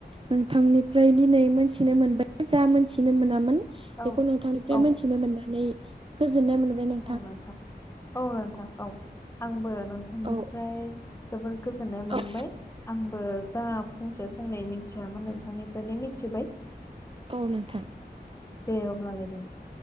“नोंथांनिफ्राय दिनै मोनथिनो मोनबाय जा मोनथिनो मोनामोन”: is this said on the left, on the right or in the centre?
Right